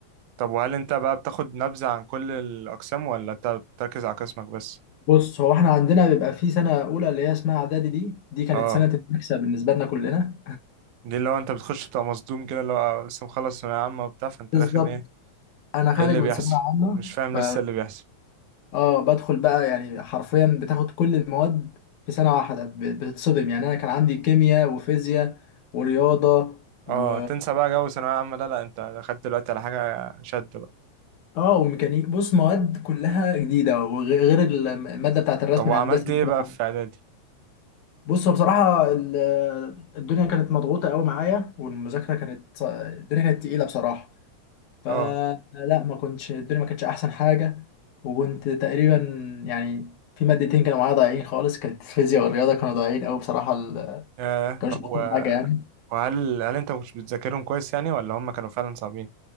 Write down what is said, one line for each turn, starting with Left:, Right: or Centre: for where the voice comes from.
Right: طب وهل انت بقى بتاخد نبذه عن كل الاقسام ولا انت بتركز على قسمك بس
Left: بص هو احنا عندنا بيبقى في سنه اولى اللي هي اسمها اعدادي دي دي كانت
Right: اه
Left: سنه المكسب بالنسبه لنا كلنا
Right: دي اللي هو انت بتخش بتبقى مصدوم كده اللي هو آه، لسه مخلص ثانوية عامة وبتاع فانت
Left: بالظبط
Right: داخل ايه
Left: انا خارج
Right: ايه اللي
Left: من
Right: بيحصل
Left: ثانويه عامه
Right: مش فاهم
Left: ف
Right: لسه اللي بيحصل
Left: اه بدخل بقى يعني حرفيا بتاخد كل المواد في سنه واحده ب- بتتصدم يعني انا كان عندي كيمياء وفيزياء ورياضه و
Right: اه تنسى بقى جو ثانوية عامة ده لا انت دخلت دلوقتي على حاجة شد بقى
Left: اه وميكانيك بص مواد كلها جديده وغير غير الم- الماده بتاعت الرسم
Right: طب وعملت
Left: الهندسي اللي
Right: ايه
Left: فيها
Right: بقى في اعدادي
Left: بص هو بصراحه ال- الدنيا كانت مضغوطه قوي معايا والمذاكره كانت الدنيا كانت تقيله بصراحه فلا
Right: اه
Left: ما كنتش الدنيا ما كانتش احسن حاجه وكنت تقريبا يعني في مادتين كانوا معايا ضايعين خالص كانت الفيزياء والرياضه كانوا ضايعين قوي بصراحه ال...
Right: آه
Left: كانوش
Right: طب
Left: احسن
Right: و...
Left: حاجه يعني
Right: وهل هل انت مش بتذاكرهم كويس يعني ولا هم كانوا فعلا صعبين